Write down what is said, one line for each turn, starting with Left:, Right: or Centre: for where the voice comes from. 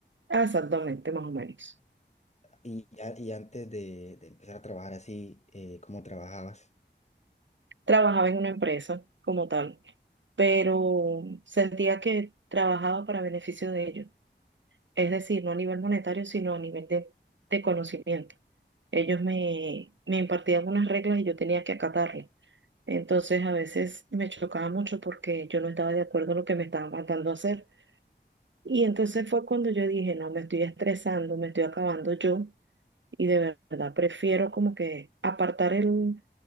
Right: Exactamente, más o menos.
Left: ¿Y, ya- y antes de, de empezar a trabajar así, eh, cómo trabajabas?
Right: Trabajaba en una empresa como tal, pero sentía que trabajaba para beneficio de ellos. Es decir, no a nivel monetario, sino a nivel de, de conocimiento. Ellos me, me impartían unas reglas y yo tenía que acatarlas. Entonces a veces me chocaba mucho porque yo no estaba de acuerdo en lo que me estaban mandando a hacer. Y entonces fue cuando yo dije, no, me estoy estresando, me estoy acabando yo y de verdad prefiero como que apartar el,